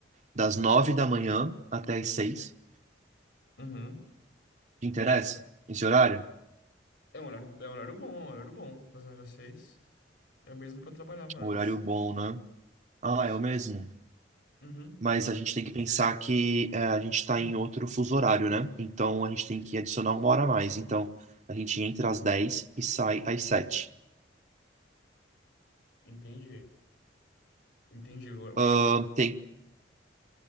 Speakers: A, on the right; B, on the left.
A: das 9 da manhã até as 6.
B: Uhum.
A: Te interessa esse horário?
B: É um horário, é um horário bom, é um horário bom das 9 às 6. É o mesmo que eu trabalhava
A: Um
B: antes.
A: horário bom, né? Ah,
B: Sim.
A: é o mesmo.
B: Uhum.
A: Mas a gente tem que pensar que eh, a gente está
B: Hum.
A: em outro fuso horário, né? Então a gente tem que adicionar uma hora a mais. Então a gente entra às dez e sai às sete
B: Entendi. Entendi. O
A: Ah,
B: horário brasileiro
A: tem